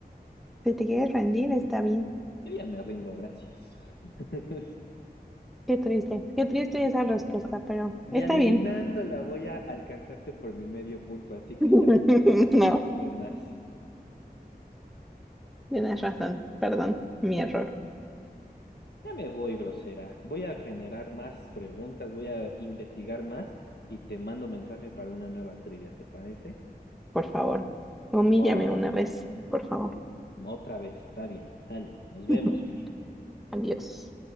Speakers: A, in the centre; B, on the left (about 80°).
A: si te quieres rendir, está bien.
B: Yo ya me rindo, gracias. <laughs>
A: Qué triste, qué triste esa respuesta, pero
B: Ni
A: está
B: adivinándola
A: bien.
B: voy a alcanzarte por mi medio punto, así que
A: <laughs>
B: ya no quiero humillarme
A: No,
B: más.
A: tienes razón, perdón, mi error,
B: Ya me voy, grosera. Voy a generar más preguntas, voy a investigar más y te mando mensaje para una nueva trivia, ¿te parece?
A: por favor. Humíllame
B: Órale,
A: una vez,
B: pues.
A: por favor.
B: Otra vez, está bien. Sale, nos vemos,
A: <laughs>
B: Fer.
A: Adiós.